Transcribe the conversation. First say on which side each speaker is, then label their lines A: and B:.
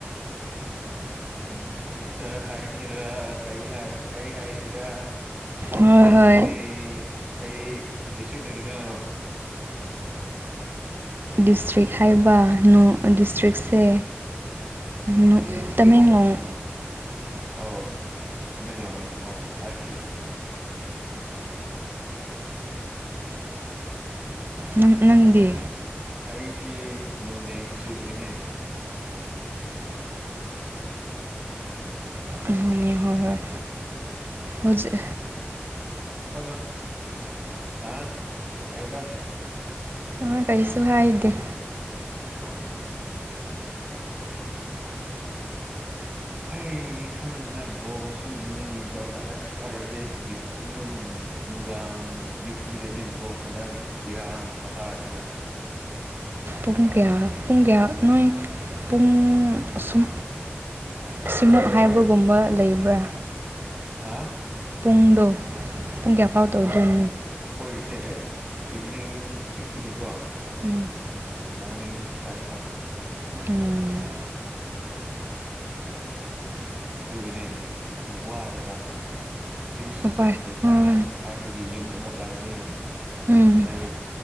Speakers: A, on the right; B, on the right.
A: ꯎꯝ ꯁꯤꯁꯇꯔ ꯍꯥꯏꯁꯤꯔ ꯀꯩ ꯍꯥꯏ ꯀꯩ ꯍꯥꯏꯁꯤꯔ
B: ꯍꯣꯏ
A: ꯅꯪꯗꯤ
B: ꯍꯣꯏ
A: ꯀꯩ ꯗꯤꯁꯇ꯭ꯔꯤꯛꯇꯒꯤꯅꯣ
B: ꯗꯤꯁꯇ꯭ꯔꯤꯛ ꯍꯥꯏꯕ ꯅꯣ ꯑ ꯗꯤꯁꯇ꯭ꯔꯤꯛꯁꯦ ꯅꯣ ꯇꯃꯦꯡꯂꯣꯡ
A: ꯑꯣ ꯇꯃꯦꯡꯂꯣꯡ ꯑꯣ ꯑꯥꯏꯁꯤ ꯑꯥꯏꯁꯤ
B: <inaudible> ꯅꯪ ꯅꯪꯗꯤ
A: ꯑꯩꯁꯤ ꯅꯣꯅꯦ ꯗꯤꯁꯇ꯭ꯔꯤꯛꯇꯒꯤꯅꯦ
B: ꯑꯗꯨꯅꯦ
A: <inaudible>
B: ꯍꯣꯏ ꯍꯣꯏ ꯍꯧꯖꯤꯛ
A: <unintelligible> ꯀꯩꯕ
B: ꯑ ꯀꯩꯁꯨꯨ ꯍꯥꯏꯗꯦ
A: ꯑꯣ ꯍꯩ ꯈꯪꯗ꯭ꯔꯦ ꯕꯣꯜꯁꯨ ꯌꯦꯡ ꯌꯦꯡ ꯇꯕꯗ ꯑꯁ ꯎꯄꯥꯏꯂꯩꯇꯦ ꯗ꯭ꯌꯨ ꯅꯨꯝ ꯅꯨꯡꯗꯥꯡ ꯗ꯭ꯌꯨꯇꯤ ꯂꯩꯕꯅꯤꯅꯀꯣ ꯍꯟꯗꯥꯡ ꯏꯔꯥꯡ ꯇꯥꯁꯤꯒ
B: ꯄꯨꯡ ꯀꯌꯥ ꯄꯨꯡ ꯀꯌꯥ ꯅꯣꯏ ꯄꯨꯡ ꯑꯁꯨꯝ ꯑꯁꯤꯃꯨꯛ
A: ꯑꯩꯈꯣꯏ
B: ꯍꯥꯏꯕꯒꯨꯝꯕ ꯂꯩꯕ꯭ꯔꯥ
A: ꯍꯥꯥ
B: ꯄꯨꯡꯗꯣ ꯄꯨꯡ ꯀꯌꯥ ꯑꯐꯥꯎ ꯇꯧꯗꯣꯏꯅꯣ
A: ꯍꯣꯏ ꯑꯩꯈꯣꯏꯒꯤꯁꯦ ꯏꯚꯅꯤꯡ ꯁꯤꯛꯁꯇꯒꯤꯀꯣ
B: ꯎꯝ
A: ꯃꯣꯔꯅꯤꯡ ꯐꯥꯏꯕꯐꯥꯎ
B: ꯎꯝ
A: ꯑꯗꯨꯒꯤꯅꯦ ꯑꯗꯨ ꯋꯥꯑꯦꯕ ꯁꯤꯛꯁ
B: ꯎꯄꯥꯏ
A: ꯑꯦ ꯐꯥꯏꯚ
B: ꯎꯝ
A: ꯐꯥꯏꯚꯗꯒꯤ ꯌꯨꯝ ꯑꯃꯨꯛ ꯂꯥꯛꯑꯅꯤ
B: ꯎꯝ
A: ꯑꯗꯩ